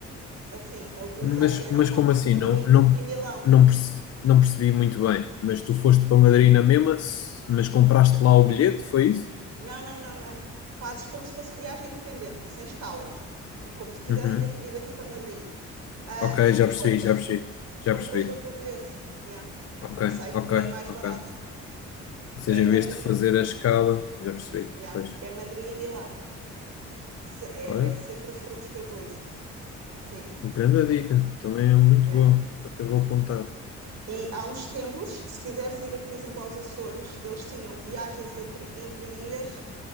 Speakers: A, on the right; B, on the left.
A: assim, a utilizar
B: Mas,
A: os aeroportos
B: mas como assim?
A: de Madrid
B: Não, não,
A: e Milão.
B: não, perce- não percebi muito bem. Mas tu foste para Madrid na mesma, s- mas compraste lá o bilhete, foi isso?
A: Não, não, não, não. Fazes como se fosse viagem independente, sem escalas, E como se quiseres
B: Uhum.
A: mesmo ir daqui para Madrid. Ah,
B: Ok,
A: e
B: já
A: depois
B: percebi, já percebi. Já
A: compras
B: percebi.
A: outro bilhete, yeah.
B: Ok,
A: e sai-te
B: ok,
A: bem mais
B: ok.
A: barato.
B: Ou seja,
A: É
B: em
A: Madrid,
B: vez de fazer a escala, já percebi.
A: yeah.
B: Pois.
A: É Madrid e Milão. Se- É,
B: Olha,
A: é sempre os truques que eu utilizo. Sim.
B: grande dica. Também é muito
A: É.
B: boa. Até vou apontar.
A: E há uns tempos, se quiseres ir, por exemplo, aos Açores, eles tinham viagens entre, entre ilhas